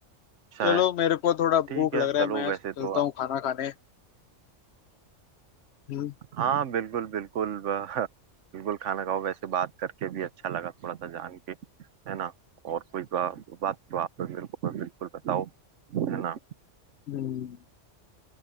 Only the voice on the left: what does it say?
चलो
मेरे को थोड़ा भूख
लग रहा
है मैं
चलता
हूँ
खाना खाने हम्म
हम्म,